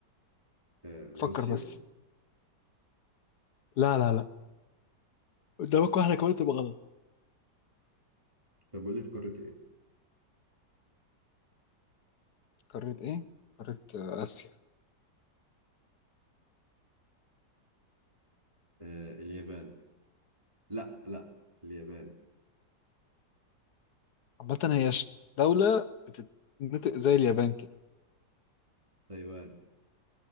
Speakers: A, on the right (about 15°); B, on the left (about 65°).
A: آه،
B: فكر
A: روسيا
B: بس لا لا لا قدامك واحدة كمان تبقى غلط
A: طب قول لي في قارة ايه؟
B: قارة ايه؟ قارة آه، آسيا
A: آه، اليابان لا لا اليابان
B: عامة هي ش- دولة بتتنطق زي اليابان كده
A: تايوان